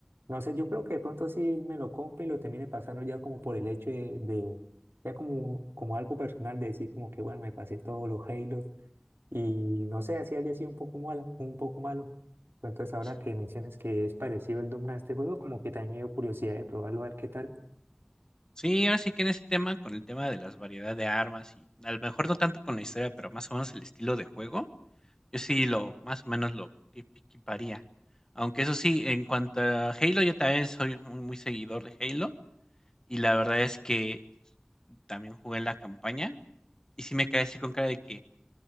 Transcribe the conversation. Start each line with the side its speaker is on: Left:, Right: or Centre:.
Right: no sé, yo creo que de pronto sí me lo compre y lo termine pasando ya como por el hecho de, de- ya como, como algo personal de decir como que, bueno, me pasé todos los Halos y no sé, así haya sido un poco malo, un poco malo. Entonces ahora
Left: sí.
Right: que mencionas que es parecido el Doom a este juego, como que también me dio curiosidad de probarlo, a ver qué tal.
Left: Sí, ahora sí que en ese tema, con el tema de las variedad de armas y a lo mejor no tanto con la historia, pero más o menos el estilo de juego, yo sí lo más o menos lo equi- equiparía. Aunque eso sí, en cuanto a Halo, yo también soy muy, muy seguidor de Halo y la verdad es que también jugué en la campaña y sí me quedé así con cara de que